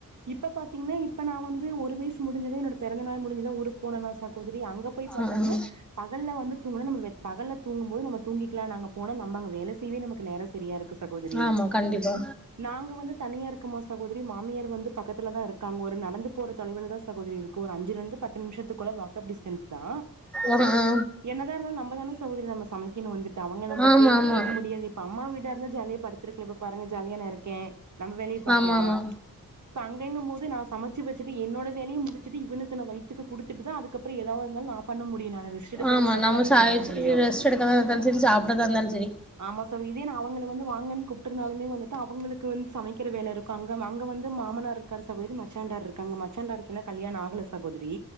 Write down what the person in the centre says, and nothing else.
ஆ ஆ
ஆமா கண்டிப்பா
ஆ ஆ
ஆமா
ஆமா
ஆமா ஆமா
ஆமா
நம்ம
ச
ரெஸ்ட் எடுக்கறதா இருந்தாலு சரி சாப்டறதா இருந்தாலு சரி